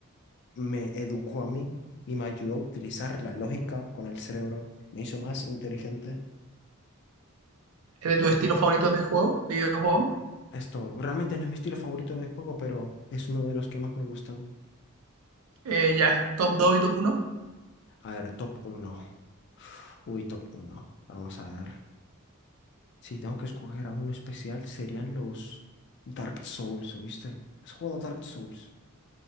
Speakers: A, on the left; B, on the right.
A: me educó a mí y me ayudó a utilizar la lógica con el cerebro. Me hizo más inteligente.
B: es de tu estilo favorito de juego, de videojuego.
A: Esto realmente no es mi estilo favorito de juego, pero es uno de los que más me gustan.
B: Eh, ya, top dos y top uno
A: A ver, top uno, Uy, top uno. Vamos a ver. Si tengo que escoger a uno especial, serían los Dark Souls, ¿oíste? ¿Has jugado Dark Souls?